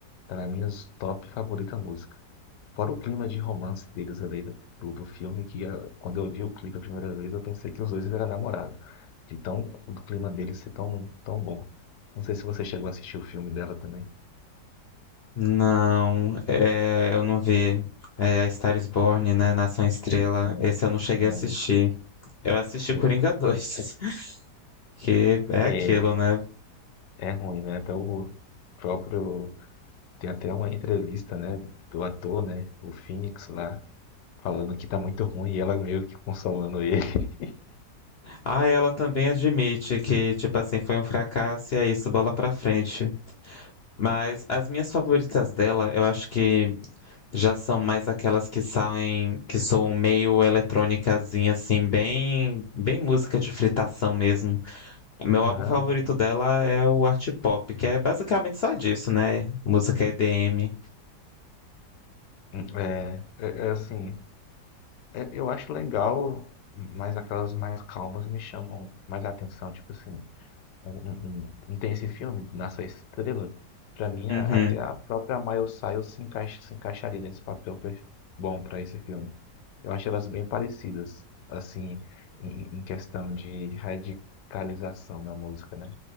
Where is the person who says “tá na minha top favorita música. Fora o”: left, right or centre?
Left